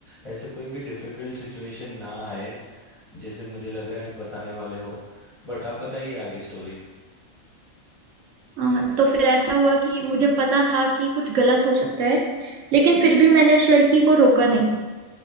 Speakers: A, on the left; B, on the right.
A: ऐसे कोई भी डिफ़िकल्ट सिचुएशन ना आए जैसे मुझे लग रहा है आप बताने वाले हो बट आप बताइए आगे स्टोरी
B: अ, तो फिर ऐसा हुआ कि मुझे पता था कि कुछ गलत हो सकता है लेकिन फिर भी मैंने उस लड़की को रोका नहीं